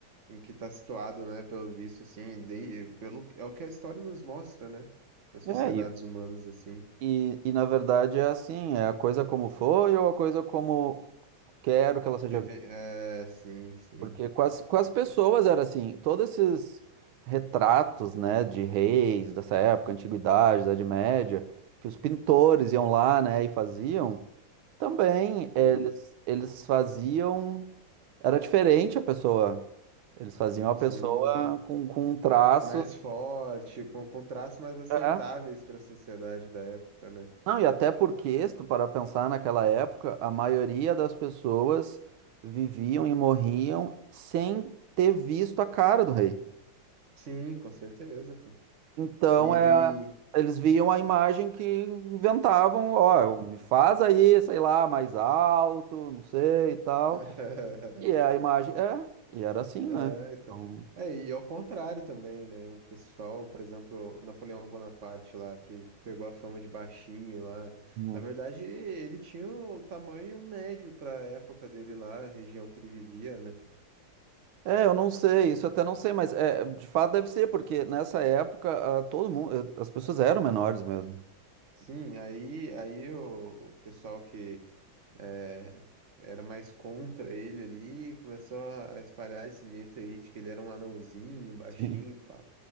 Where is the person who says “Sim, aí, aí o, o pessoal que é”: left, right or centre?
Right